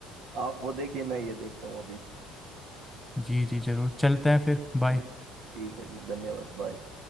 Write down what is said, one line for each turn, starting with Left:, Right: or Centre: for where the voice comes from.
Right: आप वो देखिए मैं ये देखता हूँ अभी
Centre: जी जी जरूर चलते हैं फिर बाय
Right: चलिए ठीक है जी धन्यवाद बाय